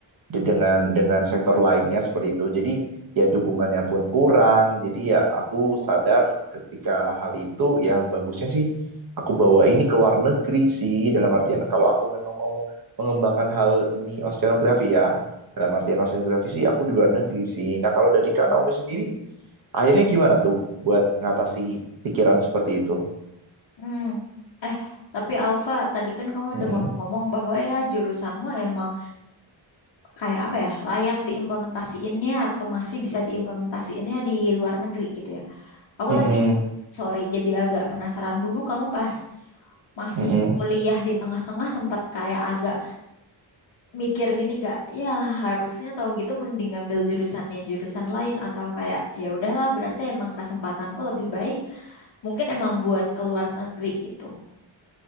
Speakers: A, on the right (about 50°); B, on the left (about 75°).
A: dengan dengan sektor lainnya seperti itu. Jadi ya dukungannya pun kurang. Jadi ya aku sadar ketika hal itu ya bagusnya sih aku bawa ini ke luar negeri sih dalam artian kalau aku memang mau mengembangkan hal ini oceanografi ya. Dalam artian oceanografi sih aku di luar negeri sih. Nah, kalau dari Kak
B: Mm.
A: Naomi sendiri akhirnya gimana tuh buat ngatasi pikiran seperti itu?
B: Hmm. Eh, tapi Alfa, tadi kan kamu
A: Mm-mm,
B: udah ngomong-ngomong bahwa ya jurusanmu emang kayak apa ya, layak diimplementasiinnya atau masih bisa diimplementasiinnya di luar negeri gitu ya. Aku
A: mm-mm,
B: tapi, sorry, jadi agak penasaran dulu kamu pas masih
A: mm-mm,
B: kuliah di tengah-tengah sempat kayak agak mikir gini gak, ya harusnya tahu gitu mending ngambil jurusannya jurusan lain atau kayak ya udahlah berarti emang kesempatanku lebih baik, mungkin emang buat ke luar negeri gitu.